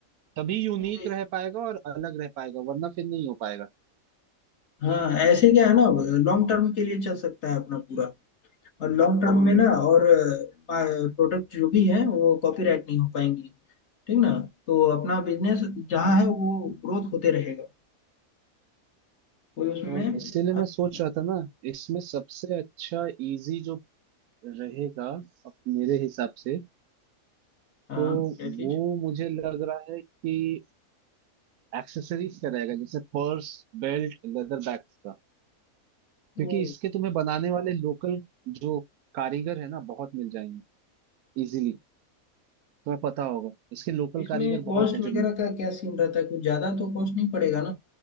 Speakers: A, on the right; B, on the left.
A: तभी यूनिक
B: ये
A: रह पाएगा और अलग रह पाएगा वरना फिर नहीं हो पाएगा
B: हाँ ऐसे क्या है ना लॉन्ग टर्म के लिए चल सकता है अपना पूरा और लॉन्ग टर्म
A: हम्म
B: में ना और प्रोडक्ट जो भी है वो कॉपीराइट नहीं हो पाएंगी ठीक ना तो अपना बिजनेस जहाँ है वो ग्रोथ होते रहेगा कोई उसमें
A: तो
B: फंस-
A: इसीलिए मैं सोच
B: नहीं।
A: रहा था ना इसमें सबसे अच्छा इजी जो रहेगा अब मेरे हिसाब से
B: हाँ
A: तो
B: क्या चीज
A: वो मुझे लग रहा है कि एक्सेसरीज का रहेगा जैसे पर्स बेल्ट लेदर बैग का
B: तो
A: क्योंकि इसके तुम्हें बनाने वाले लोकल जो कारीगर है ना बहुत मिल जाएंगे इजीली तुम्हें पता होगा इसके लोकल
B: इसमें
A: कारीगर
B: कॉस्ट
A: बहुत हैं
B: वगैरह
A: जो मिल
B: का क्या सीन रहता है कुछ ज्यादा तो कॉस्ट नहीं पड़ेगा ना